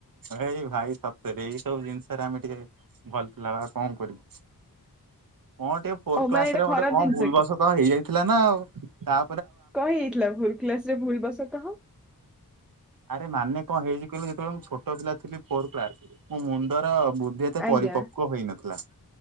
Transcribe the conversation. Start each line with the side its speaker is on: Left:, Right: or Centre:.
Right: ଏଇ ଭାଇ ସତରେ ଏଇ ସବୁ ଜିନିଷରେ ଆମେ ଟିକେ ଭଲ ବା କଣ କରିବୁ? କଣ ଟିକେ ଫୋର୍
Centre: ଓ
Right: କ୍ଲାସ
Centre: ମାନେ ଏଇଟା
Right: ରେ
Centre: ଖରାପ
Right: ଗୋଟେ କ
Centre: ଜିନିଷ
Right: ଭୁଲ ବଷ ତ ହେଇଯାଇ ଥିଲା ନା ଆଉ ତା
Centre: କ ହେଇଥିଲା ଭୁଲ କ୍ଲାସ୍ ରେ ଭୁଲ ବସତଃ ।
Right: ଆରେ ମାନେ କଣ ହେଇଛି କହିଲୁ ଯେତେବେଳେ ମୁଁ ଛୋଟ ପିଲା ଥିଲି ଫୋର୍ କ୍ଲାସ ମୋ ମୁଣ୍ଡର ବୁଦ୍ଧି ଏତେ
Centre: ଆଜ୍ଞା
Right: ପରିପକ୍ୱ ହେଇନଥିଲା ।